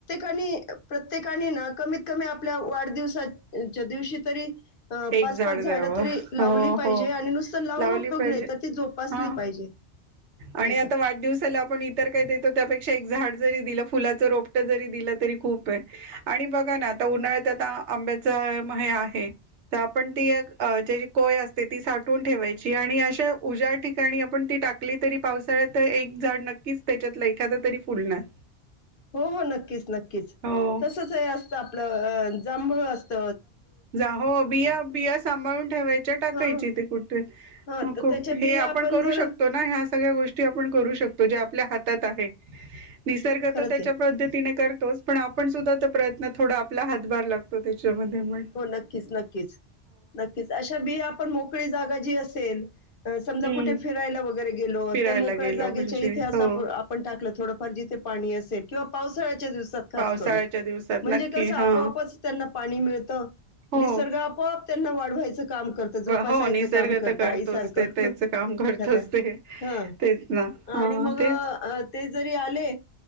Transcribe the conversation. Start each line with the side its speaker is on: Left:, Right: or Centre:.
Left: प्रत्येकाने ना कमीत कमी आपल्या वाढदिवसाच्या दिवशी तरी अ
Right: एक
Left: पाच
Right: झाड
Left: पाच झाडं
Right: द्याव
Left: तरी लावली
Right: हो
Left: पाहिजे
Right: हो
Left: आणि नुसतं लावून
Right: लावली
Left: उपयोग
Right: पाहिजे,
Left: नाही तर ती जोपासली
Right: हां
Left: पाहिजे. नाही
Right: आणि
Left: का?
Right: आता वाढदिवसाला आपण इतर काय देतो त्यापेकी झाड जरी दिलं फुलाच रोपट जरी दिलं तरी खूप आहे आणि बघा ना आता उन्हाळ्यात आता आंब्याच म आहे. तर आपण ती एक त्याची कोय असते ती साठवून ठेवायची. आणि अशा उज्या ठिकाणी आपण ती टाकली तरी पावसाळ्यात एक झाड नक्कीच त्याच्यात एखाद तरी फुलणार.
Left: हो हो नक्कीच नक्कीच
Right: हो
Left: तसच हे असत आपलं अ जांभळ असत.
Right: जा हो बिया बिया सांभाळून ठेवायच्या टाकायची
Left: हां.
Right: ते कुठे
Left: हा तर
Right: खूप
Left: त्याच्या बिया
Right: हे आपण करू
Left: जर
Right: शकतो ना, ह्या सगळ्या गोष्टी आपण करू शकतो, जे आपल्या हातात आहे, निसर्ग
Left: खरंच
Right: तर त्याच्या
Left: आहे
Right: पद्धतीने करतोच पण आपण सुद्धा प्रयत्न थोडा आपला हातभार लागतो. त्याच्या मध्ये मग.
Left: हो नक्कीच नक्कीच नक्कीच अशा बीया आपण मोकळी जागा जी अस तेल समजा
Right: हम्म
Left: कुठे फिरायला वगैरे गेलो
Right: फिरायला
Left: त्या मोकळ्या
Right: गेलो
Left: जागेच्या
Right: म्हणजे
Left: इथे असं
Right: हो
Left: आपण टाकलं थोड फार जिथे पाणी असेल किंवा पावसाळ्या पावसाळ्याच्या दिवसात खास
Right: पावसाळ्याच्या
Left: करून
Right: दिवसात
Left: म्हणजे
Right: नक्की
Left: कस आपोआपच
Right: हा
Left: पाणी मिळतं.
Right: हो
Left: निसर्ग आपोआप त्यांना वाढवायच काम करतो, जोसायचं
Right: हो निसर्ग
Left: काम करत,
Right: तर करतोच
Left: आईसारख
Right: ते त्याच काम करतोच
Left: एखाद्या
Right: ते
Left: ह
Right: तेच ना
Left: आणि
Right: हा
Left: मग
Right: तेच
Left: ते जरी आले